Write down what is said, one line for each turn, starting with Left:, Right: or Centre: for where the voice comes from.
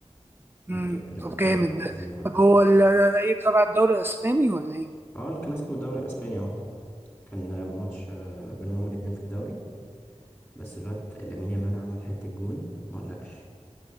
Left: آه
Right: امم
Left: ري- ريمونتادا
Right: طب جامد ده
Left: فظيعه
Right: طب هو ال- ايه تبع الدوري الاسباني ولا ايه
Left: اه الكلاسيكو والدوري الاسباني اه كان ماتش آه، بينهم الاتنين في الدوري بس الواد لامين يامال عمل حته جون ما اقولكش